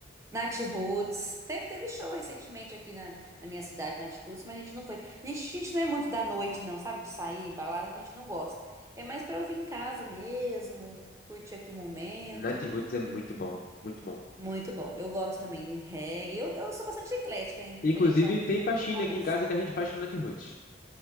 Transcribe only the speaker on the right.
Nath Roots. Teve, teve show recentemente aqui na, na minha cidade, Nath Roots, mas a gente não foi. A gente, a gente não é muito da noite, não, sabe? De sair, balada, a gente não gosta. É mais pra ouvir em casa mesmo, curtir aqui o momento.
Muito bom. Eu gosto também de reggae. Eu, eu sou bastante eclética em referente
à,
à
música.